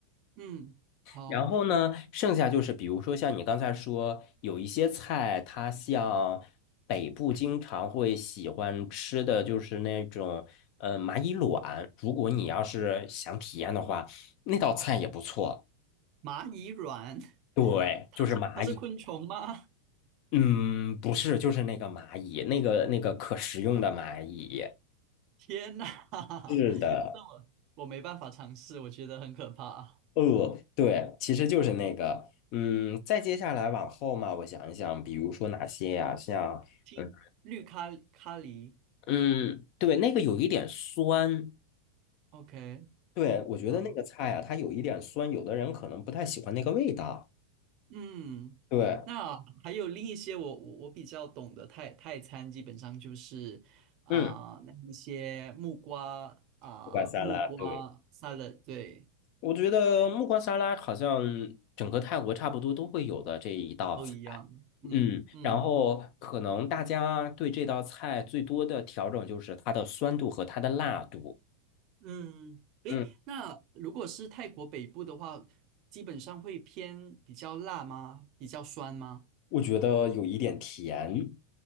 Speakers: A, on the right; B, on the left.
A: 嗯，好，
B: 然后呢，剩下就是比如说像你刚才说，有一些菜，它像北部经常会喜欢吃的就是那种呃蚂蚁卵，如果你要是想体验的话，那道菜也不错。
A: 蚂蚁卵。<laughs>
B: 对，
A: 它是它是昆虫吗？
B: 就是蚂蚁。嗯，嗯不是，就是那个蚂蚁，那个那个可食用的蚂蚁。
A: 天呐，<laughs> 哈哈，
B: 是的，
A: 这我我没办法尝试，我觉得很可怕。
B: 呃，对，其实就是那个，嗯，再接下来往后嘛，我想一想，比如说哪些呀、像。
A: 听绿咖咖喱
B: 呃嗯，对，那个有一点酸，
A: ，OK，
B: 对，我觉得那个菜啊，
A: 好，
B: 它有一点酸，有的人可能不太喜欢那个味道。
A: 嗯，
B: 对，
A: 那还有另一些我我我比较懂的泰泰餐，基本上就是啊、
B: 嗯，
A: 那一些木瓜啊、
B: 木瓜沙拉，
A: 木瓜
B: 对，
A: salad，对，
B: 我觉得木瓜沙拉好像整个泰国差不多都会有的这一道菜。
A: 都一样，嗯嗯。
B: 嗯，然后可能大家对这道菜最多的调整就是它的酸度和它的辣度。
A: 嗯，诶，
B: 嗯，
A: 那如果是泰国北部的话，基本上会偏比较辣吗？比较酸吗？
B: 我觉得有一点甜，